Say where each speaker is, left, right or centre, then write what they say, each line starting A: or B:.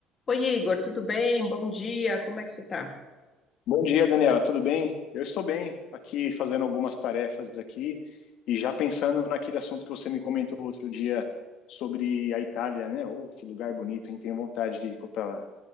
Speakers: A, on the left (about 40°); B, on the left (about 70°).
A: Oi, Igor, tudo bem? Bom dia, como é que você tá?
B: Bom dia, Daniela. Tudo bem? Eu estou bem aqui fazendo algumas tarefas aqui e já pensando naquele assunto que você me comentou outro dia sobre a Itália, né? Oh, que lugar bonito, hein? Tenho vontade de ir para lá.